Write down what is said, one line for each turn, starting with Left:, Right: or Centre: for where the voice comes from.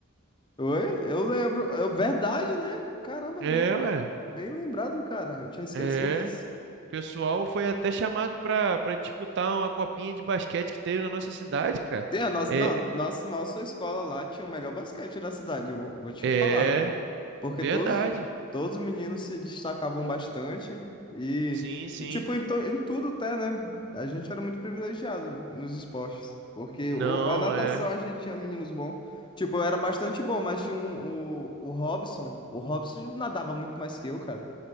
Left: Oi? Eu lembro. É verdade, né? Caramba,
Right: É,
Left: bem,
Right: ué.
Left: bem lembrado, cara. Eu tinha esquecido
Right: É.
Left: disso.
Right: O pessoal foi até chamado para para disputar uma copinha de basquete que teve na nossa cidade, cara.
Left: Sim, a nossa,
Right: É,
Left: não, nossa, nossa escola lá tinha o melhor basquete da cidade, eu vou, vou te
Right: é
Left: falar. Porque
Right: verdade.
Left: todos, todos os meninos se destacavam bastante e,
Right: Sim, sim.
Left: e tipo, em, to- em tudo até, né? A gente era muito privilegiado nos esportes. Porque
Right: Não,
Left: o- a natação
Right: é.
Left: a gente tinha meninos bons. Tipo, eu era bastante bom, mas tinha um, o, o Robson. O Robson nadava muito mais que eu, cara.